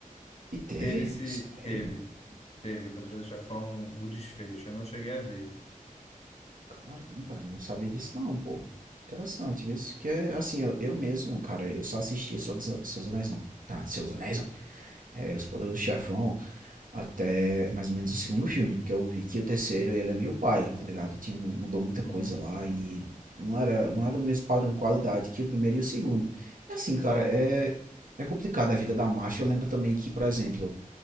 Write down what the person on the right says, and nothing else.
e teve?
Sério?
Caramba, não sabia disso não, pô. Interessante, vê se que é assim, eu, eu mesmo, cara, eu só assisti Seus Seus Anéis não. Tá, Seus Anéis não. É, Os Poderosos Chefão, Até mais ou menos o segundo filme, porque eu vi que o terceiro ele é meio paia, tá ligado? Tinha, mudou muita coisa
lá e não era, não era no mesmo padrão de qualidade que o primeiro e o segundo. E assim, cara, é, é complicado a vida da Marcia. Eu lembro também que, por exemplo,